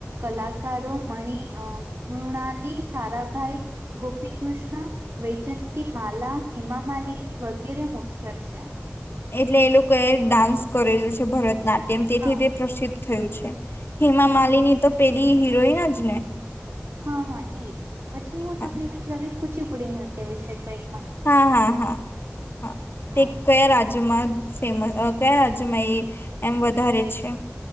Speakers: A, on the right; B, on the left.
A: કલાકારો, મણ મૃણાલી, સારાભાઈ, ગોપી કૃષ્ણ વૈજયંતી, માલા હેમા માલિની વગેરે મુખ્ય અ છે.
B: એટલે એ લોકો એ ડાન્સ કરેલું છે. ભરતનાટ્યમ તેમ તેથી
A: હા
B: તે પ્રસિદ્ધ થયું છે. હેમા
A: હા
B: માલિની તો પેલી હીરોઈન જ ને!
A: હા હા એજ. પછી હું
B: હા
A: તમને બીજું આવે કુચીપુડી નૃત્ય વિશે કઈ.
B: હા હા હા હા
A: હા
B: તે કયા રાજ્યોમાં ફેમસ કયા રાજ્યમાં એ એમ વધારે છે.